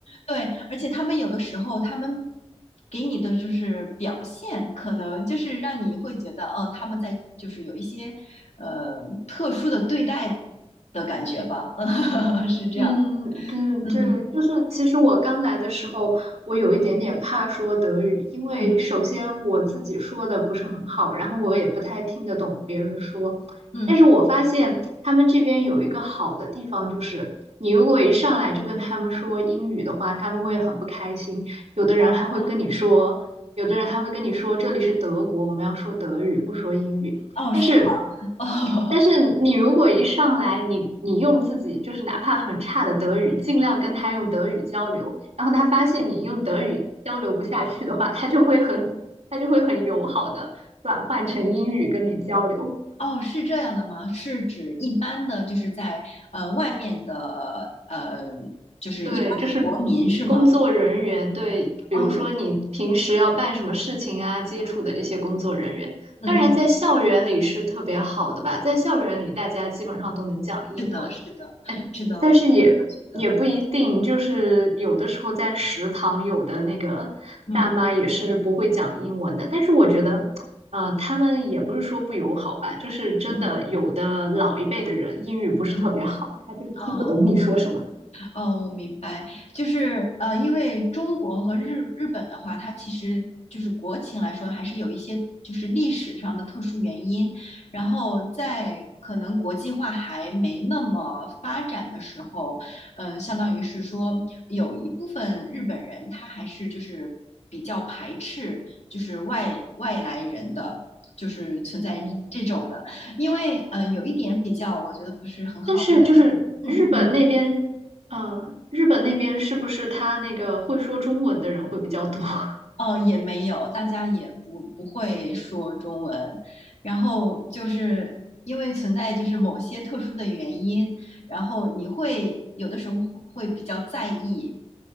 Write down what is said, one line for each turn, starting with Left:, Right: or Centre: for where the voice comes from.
Left: 对，而且他们有的时候，他们给你的就是表现，可能就是让你会觉得，嗯，他们在就是有一些呃特殊的对待的感觉吧，<laughs> 嗯，是这样
Right: 嗯，对对，
Left: 的，嗯
Right: 就是其实我刚来的时候，我有一点点怕说德语，因为首先我自己说的不是很好，
Left: 嗯
Right: 然后我也不太听得懂别人说。
Left: 嗯，
Right: 但是我发现他们这边有一个好的地方，就是你如果一上来就跟他们说英语的话，他们会很不开心。有的人还会跟你说，
Left: 嗯
Right: 有的人还会跟你说这里是德国，我们要说德语，不说英语。
Left: 哦，
Right: 但是，
Left: 是吗？<laughs> 哦
Right: 但是你如果一上来，你你用自己就是哪怕很差的德语，尽量跟他用德语交流，然后他发现你用德语交流不下去的话，他就会很他就会很友好的转换成英语跟你交流。
Left: 哦，是这样的吗？是指一般的，就是在呃外面的呃，就是一般的国民是吗？
Right: 对，就是工作人员对，比如说你平时要办什么事情啊，
Left: 啊，
Right: 接触的这些工作人员，
Left: 嗯嗯，
Right: 当然在校园里是特别好的吧，在校园里大家基本上都能讲英文。
Left: 是的，是的，是的，
Right: 但是也也不一定，
Left: 我也觉得，
Right: 就是有的时候在食堂，有的那个大妈也是不会讲英文的。
Left: 嗯
Right: 但是我觉得，呃，他们也不是说不友好吧，就是真的有的老一辈的人英语不是特别好，
Left: 嗯嗯，
Right: 他就是听不懂你说什么。
Left: 哦。哦，我明白，就是呃，因为中国和日日本的话，它其实就是国情来说，还是有一些就是历史上的特殊原因，然后在可能国际化还没那么发展的时候，嗯、相当于是说有一部分日本人他还是就是比较排斥就是外外来人的，就是存在这种的，
Right: 哦
Left: 因为呃有一点比较，我觉得不是很好，
Right: 但是就是日本那边，
Left: 嗯嗯嗯。
Right: 呃，日本那边是不是他那个会说中文的人会比较多？<laughs>
Left: 哦，也没有，大家也不不会说中文，然后就是因为存在就是某些特殊的原因，然后你会有的时候会比较在意，